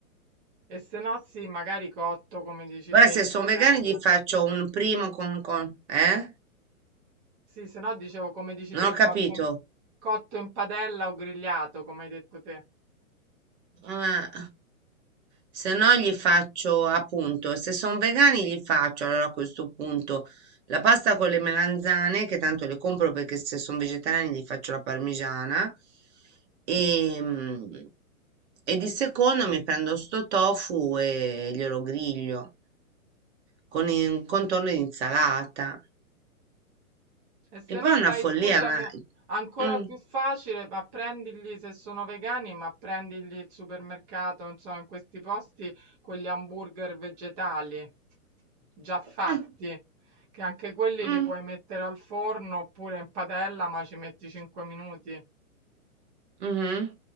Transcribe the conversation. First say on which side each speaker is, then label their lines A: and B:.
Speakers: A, on the right; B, on the right.
A: E se no sì, magari cotto, come dici
B: Guarda,
A: te,
B: se
A: in
B: sono
A: padella.
B: vegani gli faccio un primo con, con- eh?
A: Sì, se no dicevo, come dici
B: Non
A: te,
B: ho capito.
A: cotto in, cotto in padella o grigliato, come hai detto te.
B: Eh, se no gli faccio appunto, se sono vegani gli faccio allora a questo punto la pasta con le melanzane, che tanto le compro perché se sono vegetariani gli faccio la parmigiana. E, mm, e di secondo mi prendo sto tofu e glielo griglio con il contorno di insalata.
A: E se
B: Che poi
A: no
B: è una
A: vai,
B: follia,
A: scusami,
B: ma...
A: ancora
B: Mm,
A: più facile, ma prendigli se sono vegani, ma prendigli il supermercato, insomma, in questi posti quegli hamburger vegetali già fatti,
B: mm,
A: che anche quelli
B: mm.
A: li puoi mettere al forno oppure in padella, ma ci metti 5 minuti.
B: Mh-mh.